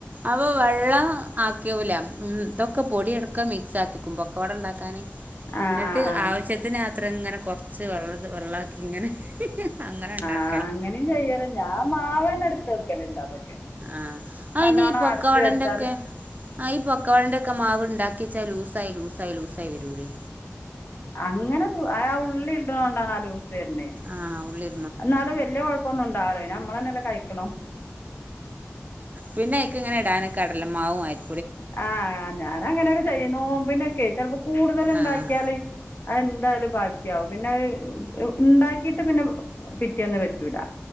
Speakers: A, on the right; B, on the left.
A: അവ വെള്ള ആക്കൂല ഉം ഇതൊക്കെ പൊടി എടുക്കാ മിക്സ് ആക്കിക്കും പക്കവട ഉണ്ടാക്കാന്
B: ആ
A: എന്നിട്ട്-
B: ആ
A: ട്ട്
B: ആ
A: ആവശ്യത്തിന് അത്ര ഇങ്ങനെ കുറച്ച് വെള്ള വെള്ളക്കി ഇങ്ങനെ. അങ്ങനെ ഉണ്ടാക്കും.
B: ആഹ് അങ്ങനെയും ചെയ്യല് ഞാൻ മാവനടുത്ത് വെക്കല് ഇണ്ട് അതൊക്കെ.
A: ആഹ് അയ്നി
B: നല്ലോണം
A: പൊക്ക
B: അടച്ച്
A: വടന്റെക്കെ.
B: വെച്ചാല്
A: ആഹ് ഈ പക്കാവടയന്റെ ഒക്കെ മാവ് ഉണ്ടാക്കി വെച്ചാൽ ലൂസായി ലൂസായി ലൂസായി വരൂല്ലേ.
B: അങ്ങനെ ലൂ ആ ഉള്ളി ഇടണ കൊണ്ടാണ് ആ ലൂസ് വരണേ.
A: ആഹ് ഉള്ളി.
B: ന്നാലും വല്യ കൊ ഴപ്പമൊന്നുണ്ടാവില്ല പിന്നെ നമ്മള് തന്നെയല്ലേ കഴിക്കണതും
A: പിന്നെ അയ്ക്ക് ഇങ്ങനെ ഇടാന് കടലമാവും അരി
B: ആ ഞാൻ അങ്ങനെയൊക്കെ ചെയ്യും നോമ്പിനൊക്കെ ചെലപ്പോ കൂടുതല് ഉണ്ടാക്കിയാല്
A: ആഹ്
B: അത് എന്തായാലും ബാക്കിയാവും. പിന്നെ അഹ് ഉണ്ടാക്കിട്ട് പിന്നെ പിറ്റേന്ന് പറ്റൂല.